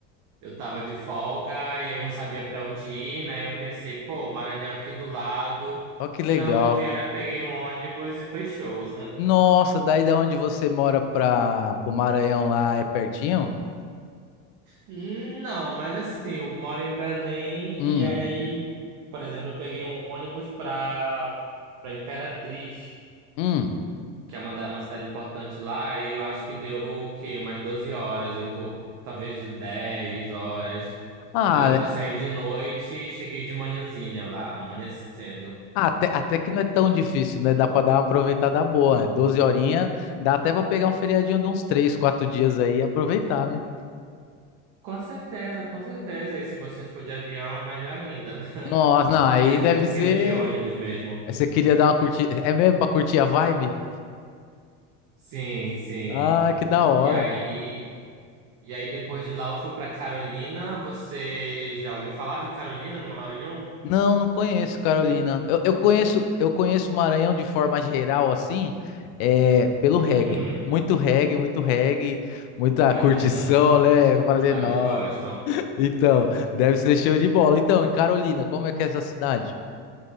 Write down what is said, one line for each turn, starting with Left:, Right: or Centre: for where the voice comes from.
Right: eu tava de folga e aí eu não sabia pra onde ir, né? Eu pensei, pô, Maranhão aqui do lado.
Left: ó que
Right: Fui
Left: legal.
Right: na rodoviária, peguei um ônibus e foi show. <laughs>
Left: Nossa, daí da onde você mora para pro Maranhão lá é pertinho?
Right: Não, mas assim, eu moro em Belém
Left: Hum,
Right: e aí, por exemplo, eu peguei um ônibus pra, pra Imperatriz.
Left: hum.
Right: que é uma, da- uma cidade importante lá, e eu acho que deu o quê? Umas 12 horas, 8, talvez 10 horas.
Left: Ah,
Right: Que eu lembro que eu saí de noite e cheguei de manhãzinha lá, amanhecendo.
Left: Ah, Até, até que não é tão difícil, né? Dá para dar uma aproveitada boa. né? 12 horinhas, dá até para pegar um feriadinho de uns três quatro dias aí e aproveitar, né?
Right: Com certeza, com certeza. E se você for de avião, é melhor ainda. <laughs>
Left: Nossa, não, aí deve
Right: É que eu
Left: ser.
Right: queria ir de ônibus mesmo.
Left: Você queria dar uma curtida. É mesmo pra curtir a vibe?
Right: Sim, sim.
Left: Ah, que da hora.
Right: E aí, e aí depois de lá eu fui pra Carolina. Você já ouviu falar de Carolina no Maranhão?
Left: Não, não conheço, Carolina. Eu, eu conheço, eu conheço Maranhão de forma geral, assim, é, pelo reggae.
Right: Uhum.
Left: Muito reggae, muito reggae, muita
Right: <laughs>
Left: curtição, né? Eu falei,
Right: Lá
Left: nossa.
Right: eles gostam.
Left: Então, deve ser show de bola. Então, e Carolina, como é que é essa cidade?